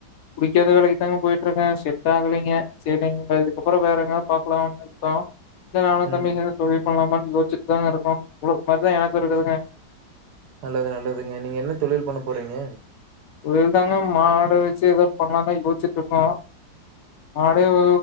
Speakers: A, on the left; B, on the right.
A: புடிக்காத வேலைக்கு தாங்க போயிட்ருக்க செட் ஆகலீங்க சேரிங்க அதுக்குக்கப்புறோ வேற எங்கா பாக்கலாம்னு இருக்கோ இல்ல நானு
B: ம்
A: தம்பியு சேந்து தொழில் பண்லாமானு யோச் சிப்தாங்க இருக்கொ உங்குளுக் மாரித எனக்கு இருக்குதுங்க
B: நல்லது நல்லதுங்க நீங்க என்ன தொழில் பண்ண போறீங்க
A: ஒரு இது தாங்க மாட வெச்சு எதோன் பண்லான்தா யோஸ்ச்சுட்டு இருக்கோ மாடே வ